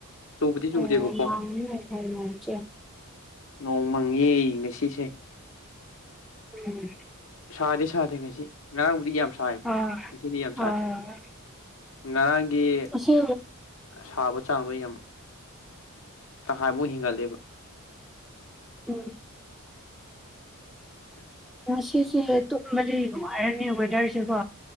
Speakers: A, on the left; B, in the centre.
A: ꯆꯨꯕꯗꯤ
B: <unintelligible>
A: ꯆꯨꯗꯦꯕꯀꯣ ꯅꯣꯡꯃꯪꯉꯦ ꯉꯁꯤꯁꯦ
B: ꯎꯝ
A: ꯁꯥꯗꯤ ꯁꯥꯗꯦ ꯉꯁꯤ ꯉꯔꯥꯡꯕꯨꯗꯤ ꯌꯥꯝ ꯁꯥꯏ
B: ꯑꯥ
A: ꯉꯁꯤꯗꯤ ꯌꯥꯝ ꯁꯥꯗꯦ
B: ꯑꯥ
A: ꯉꯔꯥꯡꯒꯤ
B: ꯑꯁꯤ
A: ꯁꯥꯕ ꯆꯥꯡꯗꯣ ꯌꯥꯝ ꯇꯈꯥꯏꯃꯨꯛ ꯍꯦꯟꯒꯠꯂꯦꯕ
B: ꯎꯝ
A: <inaudible>
B: ꯁꯤꯁꯦ ꯇꯨꯝꯕꯗꯤ ꯅꯨꯡꯉꯥꯏꯔꯅꯤ ꯋꯦꯗꯔꯁꯦꯀꯣ